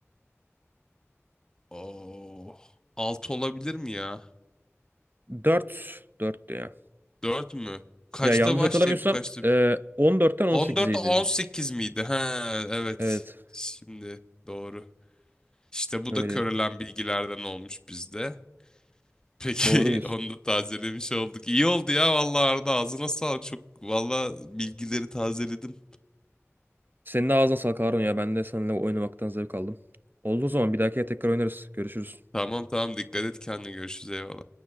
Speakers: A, on the left; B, on the right.
A: Oh. 6 olabilir mi ya?
B: dört dört ya.
A: 4 mü? Kaçta
B: Ya yanlış
A: başlayıp
B: hatırlamıyorsam
A: kaçta?
B: e, on 18'e
A: On dörtte on
B: dedi.
A: sekiz miydi? He, evet.
B: Evet.
A: Şimdi doğru. İşte bu
B: Öyle.
A: da körelen bilgilerden olmuş bizde. Peki
B: Doğru diyorsun.
A: <laughs> onu da tazelemiş olduk. İyi oldu ya vallahi Arda ağzına sağlık. Çok vallahi bilgileri tazeledim.
B: Senin de ağzına sağlık Harun ya. Ben de seninle oynamaktan zevk aldım. Olduğu zaman bir dahakiye tekrar oynarız. Görüşürüz.
A: Tamam tamam dikkat et kendine görüşürüz eyvallah.